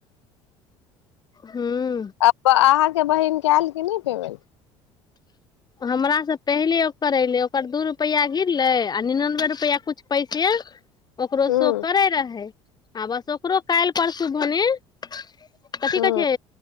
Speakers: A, on the left (about 25°); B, on the left (about 70°).
A: हूँ
B: आ अहाँके बहिन कल क नहि पेमंट
A: हमरा से पहिले ओ करे ले ओकर दू रुपैआ गिरलै आ निनानबे रुपैआ किुछु पैसे ओकरो
B: हूँ
A: शो करे रहै आ बस ओकरो काल्हि परसू भनी कथी
B: हूँ
A: कहै छै